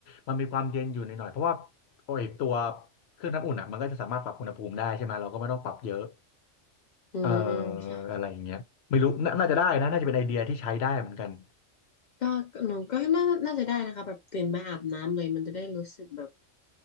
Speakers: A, on the left; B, on the left.
A: มันมีความเย็นอยู่หน่อยๆเพราะว่าโอ้ยตัวเครื่องน้ำอุ่นอ่ะมันก็จะสามารถปรับอุณหภูมิได้ใช่ไหมเราก็ไม่ต้องปรับเยอะ
B: อืมใช่ใช่
A: เอ่ออะไรอย่างเงี้ยไม่รู้น่าน่าจะได้นะน่าจะเป็นไอเดียที่ใช้ได้เหมือนกัน
B: ก็ก็หนูก็น่าน่าจะได้นะคะแบบตื่นมาอาบน้ำเลยมันจะได้รู้สึกแบบ